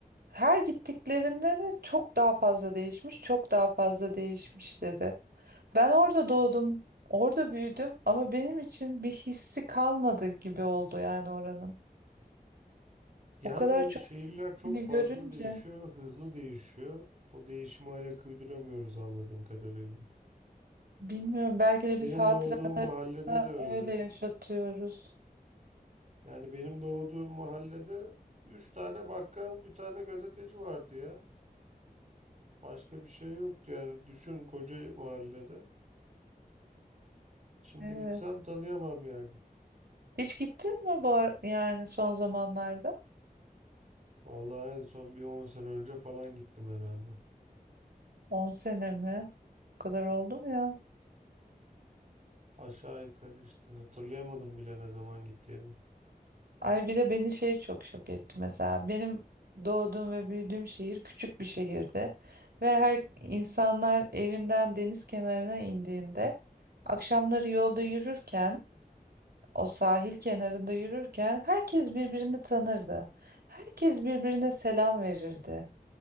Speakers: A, on the right; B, on the right.
A: Her gittiklerinde de çok daha fazla değişmiş, çok daha fazla değişmiş dedi. Ben orada doğdum, orada büyüdüm ama benim için bir hissi kalmadı gibi oldu yani oranın.
B: Yani
A: O kadar çok
B: şehirler çok
A: yeni
B: fazla
A: görünce
B: değişiyor, hızlı değişiyor. O değişime ayak uyduramıyoruz anladığım kadarıyla.
A: bilmiyorum belki de
B: Benim
A: biz hatırada
B: doğduğum mahallede de öyle.
A: öyle yaşatıyoruz.
B: Yani benim doğduğum mahallede üç tane bakkal, bir tane gazeteci vardı ya. Başka bir şey yoktu yani. Düşün koca mahallede. Şimdi
A: Evet.
B: gitsem tanıyamam yani.
A: Hiç gittin mi bu ar- yani son zamanlarda?
B: Vallahi en son bir 10 sene önce falan gittim herhalde.
A: On sene mi? O kadar oldu mu ya?
B: Aşağı yukarı işte hatırlayamadım bile ne zaman gittiğimi.
A: Ay bir de beni şey çok şok etti mesela. Benim doğduğum ve büyüdüğüm şehir küçük bir şehirdi. Ve her insanlar evinden deniz kenarına indiğinde akşamları yolda yürürken o sahil kenarında yürürken herkes birbirini tanırdı. Herkes birbirine selam verirdi.